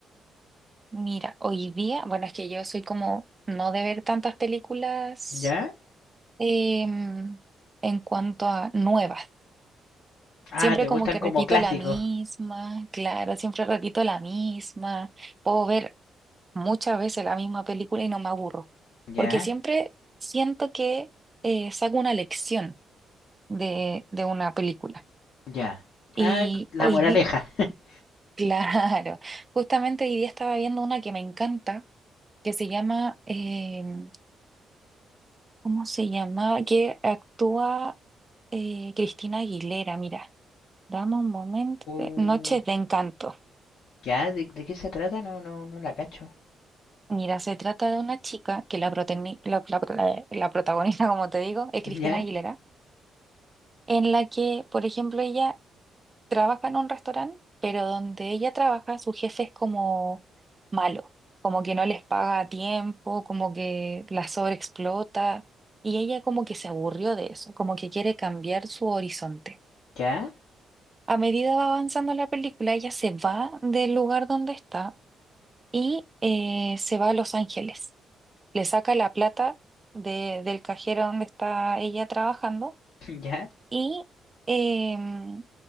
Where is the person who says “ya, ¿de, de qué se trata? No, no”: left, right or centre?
Left